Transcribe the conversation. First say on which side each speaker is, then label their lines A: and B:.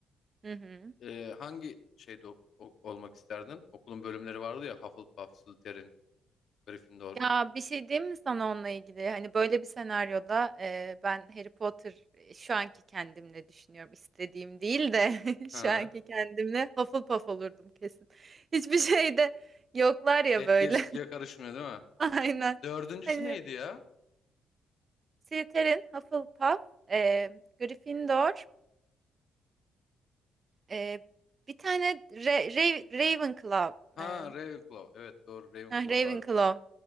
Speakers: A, on the right (about 40°); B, on the left (about 60°).
A: Hı hı.
B: e, hangi şeyde ok- o- olmak isterdin? Okulun bölümleri vardı ya Hufflepuff, Slytherin, Gryffindor.
A: Ya bir şey diyeyim mi sana onunla ilgili? Hani böyle bir senaryoda e, ben Harry Potter e, şu anki kendimle düşünüyorum. İstediğim değil de <laughs> şu
B: Ha.
A: anki kendimle Hufflepuff olurdum kesin. Hiçbir şeyde yoklar ya
B: Etliye
A: böyle.
B: sütlüye karışmıyor değil mi?
A: <laughs> Aynen.
B: Dördüncüsü
A: Hani
B: neydi ya?
A: Slytherin, Hufflepuff, e, Gryffindor, e, bir tane Ra- Ra- Ravenclaw.
B: Ha
A: E,
B: Ravenclaw. Evet doğru Ravenclaw
A: heh, Ravenclaw.
B: vardı.